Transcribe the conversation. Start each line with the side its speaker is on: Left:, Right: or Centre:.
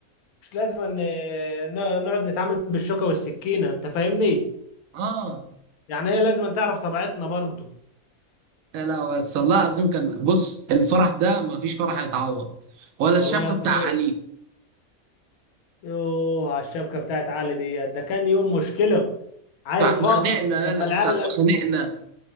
Left: مش لازم ان ن- نقعد نتعامل بالشوكة والسكينة انت فاهمني
Right: اه
Left: يعني هي لازم تعرف طبيعتنا برضو
Right: يا لا بس والله العظيم كان بص الفرح ده ما فيش فرح هيتعوض ولا الشبكه
Left: والله يا اسطى
Right: بتاع
Left: شو
Right: علي
Left: يوه على الشبكة بتاعت علي دي ده كان يوم مشكلة عيل
Right: ساعه
Left: فقر
Right: ما خانقنا
Left: لما
Right: يلا
Left: العيال
Right: ساعه ما خانقنا